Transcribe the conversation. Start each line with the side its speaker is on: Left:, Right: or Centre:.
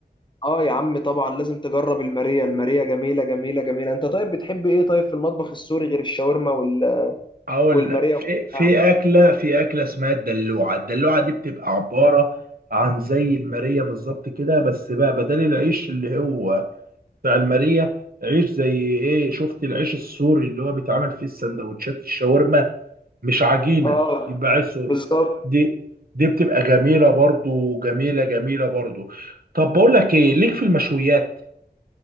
Left: اه يا عم طبعا لازم تجرب الماريا الماريا جميله جميله جميله انت طيب بتحب ايه طيب في المطبخ السوري غير الشاورما وال...
Right: اقول
Left: والماريا
Right: لك في في
Left: يعني
Right: اكله في اكله اسمها الدلوعه الدلوعه دي بتبقى عباره عن زي الماريه بالظبط كده بس بقى بدل العيش اللي هو بتاع الماريه عيش زي ايه شفت العيش السوري اللي هو بيتعمل فيه السندوتشات الشاورما مش عجينه
Left: اه
Right: يبقى عيش سوري
Left: بالظبط
Right: دي دي بتبقى جميله برضو جميله جميله برضو طب بقول لك ايه ليك في المشويات